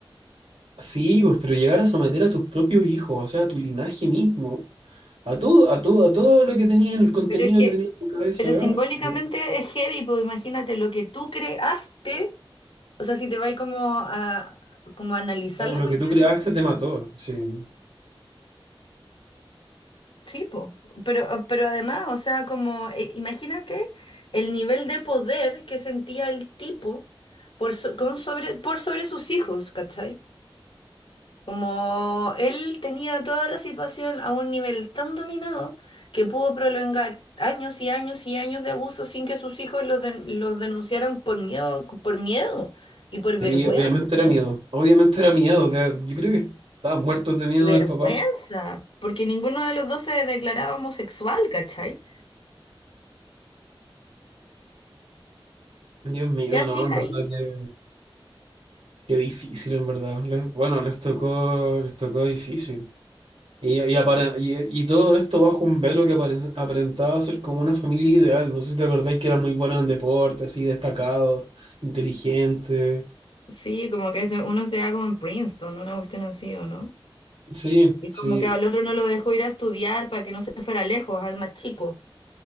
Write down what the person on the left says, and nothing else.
Pero es que
Pero simbólicamente
es heavy, pues imagínate lo que tú creaste, o sea, si te vas como a, como a analizar
la
cuestión,
sí, pues, pero, pero además, o sea, como, eh, imagínate el nivel de poder que sentía el tipo por, so- con sobre, por sobre sus hijos, ¿cachai? Como él tenía toda la situación a un nivel tan dominado que pudo prolongar años y años y años de abuso sin que sus hijos los, den- los denunciaran por miedo, por miedo y por vergüenza.
Y vergüenza,
porque ninguno de los dos se declaraba homosexual, ¿cachai?
¿Qué hacías
ahí?
Sí, como que se- uno se da como en Princeton, una cuestión así, ¿o no?
Y
como que al otro no lo dejó ir a estudiar para que no se fuera lejos, al más chico.